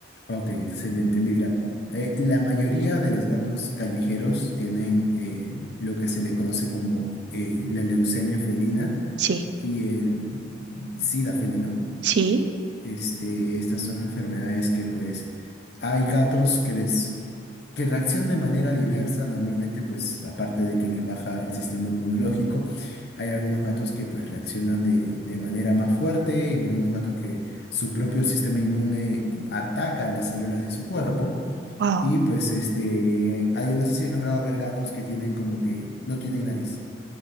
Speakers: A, on the left (about 55°); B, on the right (about 60°).
A: Ok, excelente. Mira, eh, la mayoría de los gatos callejeros tienen eh, lo que se le conoce como eh, la leucemia felina
B: Sí,
A: y el SIDA felino.
B: sí,
A: Este, estas son enfermedades que pues hay gatos que les, que reaccionan de manera diversa, normalmente pues aparte de que les baja el sistema inmunológico, hay algunos gatos que pues reaccionan de, de manera más fuerte, en algunos gatos que su propio sistema inmune ataca las células de su cuerpo
B: wow.
A: y pues este, ahí no sé si he logrado ver gatos que tienen como que no tienen nariz.